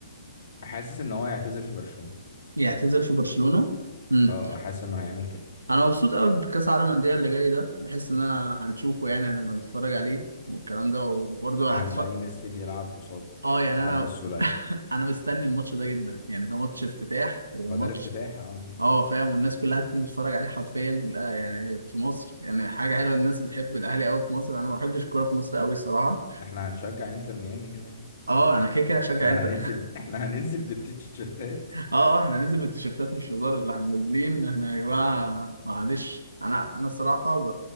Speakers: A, on the left (about 50°); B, on the right (about 75°).
A: حاسس ان هو هيعتزل في برشلونة
B: يعتزل في برشلونة؟ امم
A: اه آه، حاسس انه هيعمل كده
B: أنا مبسوط قوي بكأس العالم الأندية اللي جاي ده بحس إن أنا هنشوفه يعني هنبقى نتفرج عليه والكلام ده وبرضه
A: هنلاقي
B: هتف...
A: ميسي بيلعب قصاد
B: اه يعني
A: عمرو
B: انا
A: السولية
B: <laughs> انا مستني الماتش ده جدا يعني ده ماتش افتتاح وماتش
A: هو ده الافتتاح اه آه.
B: اه فاهم والناس كلها هتكون بتتفرج عليه حرفيا لا يعني في مصر يعني حاجه حلوه الناس بتحب الاهلي قوي في مصر انا ما بحبش الكوره في مصر قوي الصراحه
A: احنا هنشجع انتر ميامي كده يعني
B: اه انا كده كده
A: احنا
B: هشجع انت
A: هننزل
B: اه
A: احنا هننزل بالتيشيرتات
B: اه احنا ننزل بالتيشيرتات مش هزار اللي احنا نازلين احنا يا جماعه معلش انا انا الصراحه ب...